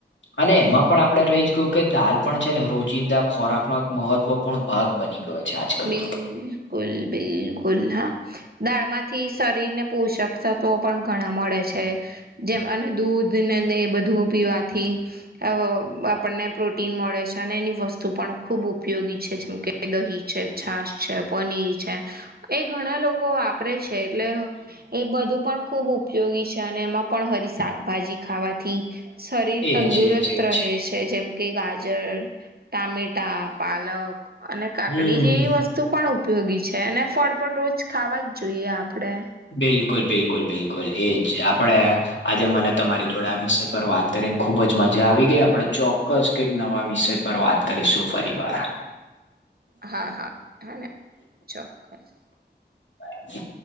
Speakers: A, on the left (about 85°); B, on the right (about 55°).
A: અને એમાં પણ આપડે રહી જ ગયું કે દાળ પણ છે ને રોજિંદા ખોરાકનો એક મહત્વપૂર્ણ ભાગ બની ગયો. છે આજકાલ
B: બિલકુલ
A: તો
B: બિલકુલ હા. દાળમાંથી શરીર ને પોષક તત્વો પણ ઘણા મળે છે. જેમ અને દૂધને દહીં એ બધું પીવાથી. આવ આપણને પ્રોટીન મળે છે અને એની વસ્તુ પણ ખૂબ ઉપયોગી છે જેમ કે દહીં છે છાસ છે પનીર છે એ ઘણા લોકો વા પરે છે એટલે હ એ બધું પણ ખુબ ઉ પયોગી છે અને એમાં પણ હરી શાકભાજી ખાવાથી શરીર
A: એજ
B: તંદુરસ્ત
A: એજ એજ
B: રહે છે. જેમ કે ગાજર, ટામેટા, પાલક અને કા
A: હમ
B: વસ્તુ ઉપયોગી છે અને ફળ પણ રોજ ખાવા જ જોઈએ આપણે.
A: બિલકુલ, બિલકુલ, બિલકુલ એ જ આપણે આજે મને તમારી જોડે આ વિષય પર વાત કરીને ખૂબ જ મજા આવી ગઈ. આપણે ચોક્કસ કંઈક નવા વિષય પર વાત કરીશું ફરી વાર.
B: હા, હા, હ ને ચોક્કસ.
A: બાય.